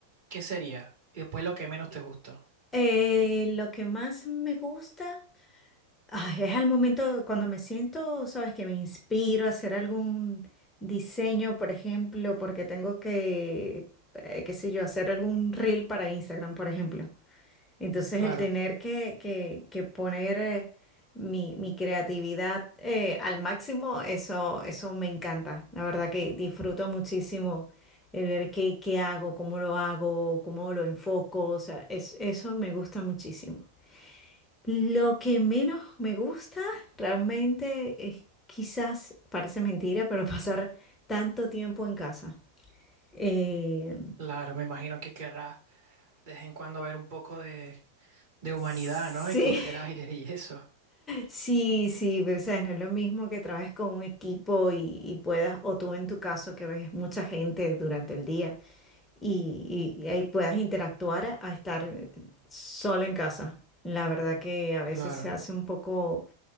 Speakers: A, on the right; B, on the left.
A: ¿qué sería? Y después lo que menos te gusta.
B: Eh, lo que más me gusta, ay, es al momento cuando me siento, sabes, que me inspiro a hacer algún diseño, por ejemplo, porque tengo que, eh, qué sé yo, hacer algún reel para Instagram, por ejemplo. Entonces
A: Claro,
B: el tener que, que- que poner eh, mi, mi creatividad eh, al máximo, eso, eso me encanta. La verdad que disfruto muchísimo el ver qué, qué hago, cómo lo hago, cómo lo enfoco. O sea, es- eso me gusta muchísimo. Lo que menos me gusta realmente es quizás, parece mentira, pero <laughs> pasar tanto tiempo en casa. Eh,
A: claro, me imagino que querrás de vez en cuando ver un poco de, de humanidad,
B: sí,
A: ¿no? Y coger
B: <laughs>
A: aire y eso.
B: Sí, sí, pero sabes, no es lo mismo que trabajes con un equipo y, y puedas, o tú en tu caso que ves mucha gente durante el día y, y- y ahí puedas interactuar a, a estar solo en casa. La verdad que a veces
A: Claro,
B: se hace un poco